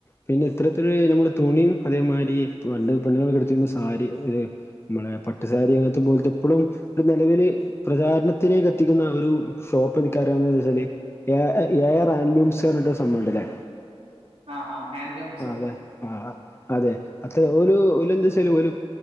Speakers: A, on the left (about 25°); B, on the right (about 80°).
A: പിന്നെ ഇത്തരത്തിലൊരു നമ്മള് തുണിയും അതേമായിരി പണ്ട് പെണ്ണുങ്ങൾക്കെ എടുത്തരുന്ന സാരി ഇത് മ്മളെ പട്ടുസാരി അതോൽത്തെ പോൽത്തെ ഇപ്പളും ഒരു നെലവില് പ്രചാരണത്തിലേക്ക് എത്തിക്കുന്ന ഒരു ഷോപ്പ് എനിക്കറിയിന്നെച്ചാല് എഹ് എ ആർ ആനുംസ്ന്നറിഞ്ഞിട്ട്ഒരു സംഭവുണ്ടല്ലേ
B: ആഹ് ആഹ് ഹെൻ്റും
A: അതെ ആഹ് അതെ അത്ര <unintelligible> എന്താ വെച്ചല് ഒരു